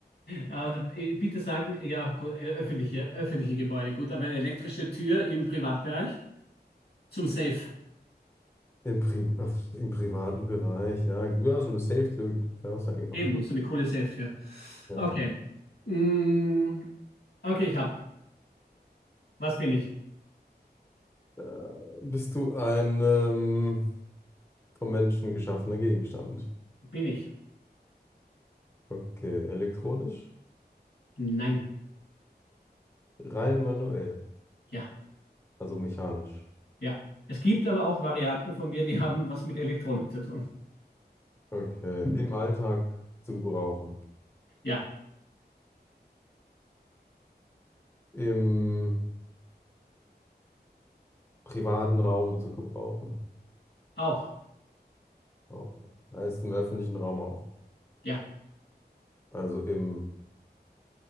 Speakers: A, on the left (about 75°); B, on the left (about 15°).
A: Also, äh, bitte sagen, ja, gut, äh, öffentliche, öffentliche Gebäude, gut, aber eine elektrische Tür im Privatbereich zum Safe.
B: Im, Pri äh, im privaten Bereich, ja. Ja, so eine Safe-Tür. Ja, auch sein, genau.
A: Eben,
B: <laughs>
A: so eine coole Safe-Tür.
B: Ja.
A: Okay. Mm, okay, ich hab. Was bin ich?
B: Äh, bist du ein ähm, vom Menschen geschaffener Gegenstand?
A: Bin ich?
B: Okay, elektronisch?
A: Nein.
B: Rein manuell,
A: Ja.
B: also mechanisch.
A: Ja. Es gibt aber auch Varianten von mir, die haben was mit Elektronik zu tun.
B: Okay, im Alltag zu gebrauchen.
A: Ja,
B: Im privaten Raum zu gebrauchen.
A: auch.
B: Auch. Heißt im öffentlichen Raum auch.
A: Ja,
B: Also im